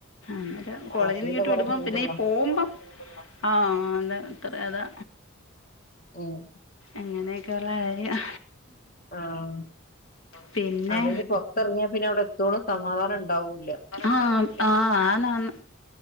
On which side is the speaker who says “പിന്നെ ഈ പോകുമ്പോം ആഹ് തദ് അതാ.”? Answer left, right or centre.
Left